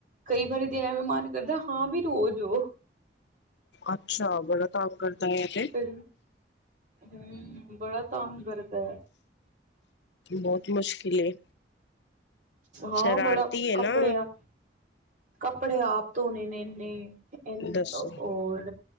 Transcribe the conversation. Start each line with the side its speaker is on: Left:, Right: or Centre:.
Right: ਕਈ ਵਾਰੀ ਤੇ ਐਵੀ ਮਨ ਕਰਦਾ, ਹਾਂ ਵੀ ਰ੍ਹੋਜੋ।
Left: ਅੱਛਾ, ਬੜਾ ਤੰਗ ਕਰਦਾ ਐ ਤੇ।
Right: ਫਿਰ ਹੂੰ, ਬੜਾ ਤੰਗ ਕਰਦੈ।
Left: ਬਹੁਤ ਮੁਸ਼ਕਿਲ ਏ,
Right: ਹਾਂ
Left: ਸ਼ਰਾਰਤੀ
Right: ਬੜਾ
Left: ਏ
Right: ਕੱਪੜਿਆਂ
Left: ਨਾ।
Right: ਕੱਪੜੇ ਆਪ ਧੋਣੇ ਨੇ ਇੰਨੇ, ਏ
Left: ਦੱਸੋ
Right: ਓਰ